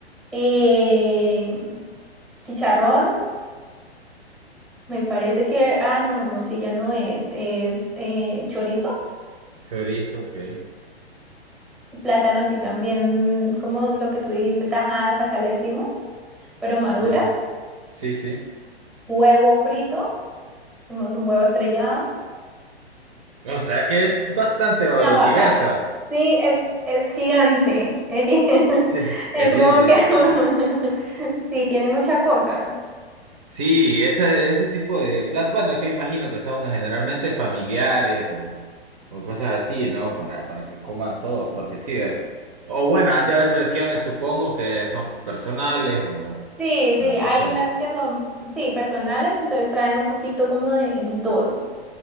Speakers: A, in the centre; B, on the right.
A: Eh, chicharrón, me parece que, ah, no, morcilla no es, es eh, chorizo.
B: Chorizo, ok.
A: plátanos y también, como lo que tú dijiste, tajadas, acá le decimos, pero maduras,
B: Sí, sí. Sí, sí.
A: huevo frito, tenemos un huevo estrellado
B: O sea que es bastante eh,
A: y aguacates.
B: diversa. <laughs>
A: Sí, es, es gigante. <laughs> Es,
B: Sí, es bien
A: como
B: diversa.
A: que <laughs> sí, tiene mucha cosa.
B: Sí, ese, ese tipo de platos, bueno, es que imagino que son generalmente familiares o, o cosas así, ¿no? Para, para que coman todos, porque sí. eh, O bueno, han de haber versiones, supongo, que son personales o,
A: Sí,
B: o
A: sí,
B: lo
A: hay
B: que sea.
A: unas que son, sí, personales, entonces traen un poquito como de, de todo.